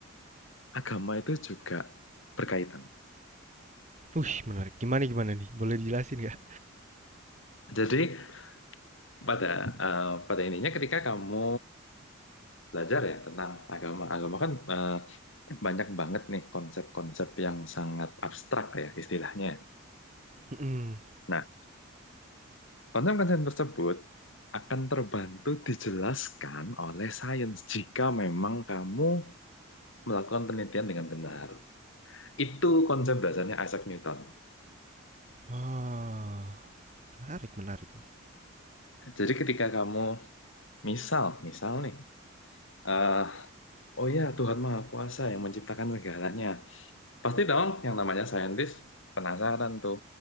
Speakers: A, on the left; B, on the right.
A: agama itu juga berkaitan.
B: Wih, menarik. Gimana gimana nih? Boleh dijelasin nggak?
A: Jadi, pada eh, pada ininya ketika kamu belajar ya tentang agama. Agama kan eh, banyak banget nih konsep-konsep yang sangat abstrak ya istilahnya.
B: Mhm.
A: Nah, konsep-konsep tersebut akan terbantu dijelaskan oleh sains jika memang kamu melakukan penelitian dengan benar. Itu konsep dasarnya Isaac Newton.
B: Oh, menarik menarik.
A: Jadi ketika kamu misal, misal nih, eh, oh ya Tuhan Maha Kuasa yang menciptakan segalanya. Pasti dong yang namanya saintis penasaran tuh.